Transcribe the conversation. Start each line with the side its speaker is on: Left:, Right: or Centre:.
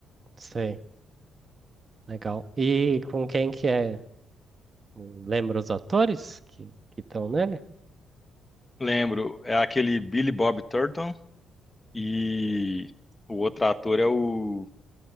Right: sei. Legal. E com quem que é? Lembra os atores que que estão nele?
Left: Lembro, é aquele Billy Bob Thornton e o outro ator é o